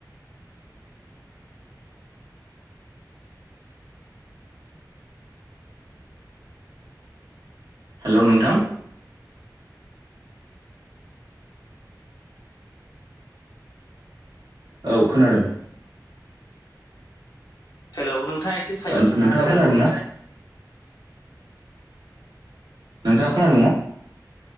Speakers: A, on the right; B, on the left.
A: हेल' नोंथां। औ खोनादों।
B: हेल' नोंथाङ एसे साइडआव
A: ओ
B: थांनो
A: नोंथाङा
B: हागोन
A: खोनादोंना
B: नामा?
A: नोंथाङा खोनादों ना?